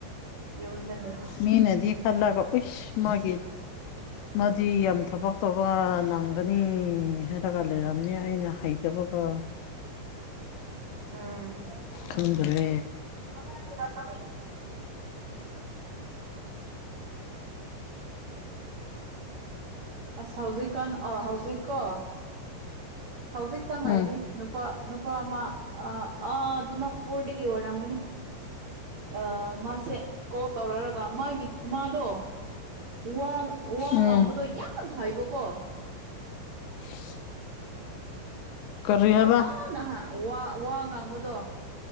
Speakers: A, on the right; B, on the left.
A: ꯌꯨꯝꯗ ꯂꯩꯕ
B: ꯃꯤ ꯅꯗꯤ ꯈꯜꯂꯒ ꯎꯁ ꯃꯥꯒꯤ ꯃꯥꯗꯤ ꯌꯥꯝ ꯊꯕꯛ ꯇꯧꯕ ꯅꯪꯒꯅꯤ ꯍꯥꯏꯔꯒ ꯂꯩꯔꯝꯅꯤ ꯑꯩꯅ ꯍ ꯇꯦꯕꯒ
A: ꯎꯝ
B: ꯈꯗ꯭ꯔꯦ
A: <unintelligible> ꯑꯁ ꯍꯧꯖꯤꯛꯀꯥꯟ ꯑ ꯍꯧꯖꯤꯛꯀꯣ ꯍꯧꯖꯤꯛꯇ ꯉꯥꯏꯔꯤ
B: ꯎꯝ
A: ꯅꯨꯄꯥ ꯅꯨꯄꯥ ꯑꯃ ꯑ ꯗꯤꯃꯥꯄꯨꯔꯗꯒꯤ ꯑꯣꯏꯔꯝꯒꯅꯤ ꯑ ꯃꯥꯁꯦ ꯀꯣꯜ ꯇꯧꯔꯔꯒ ꯃꯥꯒꯤ ꯃꯥꯗꯣ ꯋꯥ ꯋꯥ
B: ꯎꯝ
A: ꯉꯥꯡꯕꯗꯣ ꯌꯥꯝꯅ ꯍꯥꯏꯕꯀꯣ
B: <unintelligible> ꯀꯔꯤ ꯍꯥꯏꯕ
A: ꯐꯖꯅ ꯋꯥ ꯉꯥꯡꯕꯗꯣ